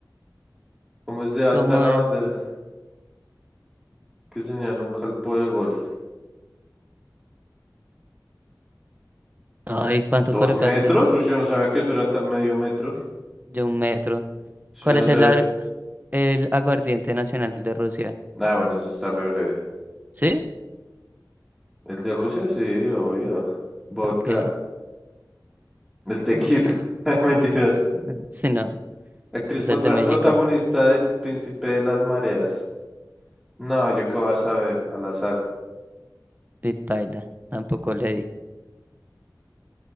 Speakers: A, in the centre; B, on the right.
A: ¿Cómo es de alta
B: ¿Cómo
A: la
B: es?
A: bandera? Que señaló un calpo del golf.
B: Ay, ¿cuánto
A: ¿Dos
B: colocaste?
A: metros? Uy, yo no sabía que eso era tan medio metro.
B: Yo un metro.
A: Eso
B: ¿Cuál
A: yo no
B: es
A: sabía.
B: el, a- el aguardiente nacional de Rusia?
A: Nah, bueno, eso está re breve.
B: ¿Sí?
A: El de Rusia, sí, obvio. Vodka.
B: Ok,
A: El tequila.
B: ok.
A: <laughs> Mentiras.
B: <laughs> Si no,
A: Actriz
B: ese es
A: potra-
B: el de México.
A: protagonista del Príncipe de las Mareas. No, yo qué vas a ver, al azar.
B: Y paila, tampoco le di.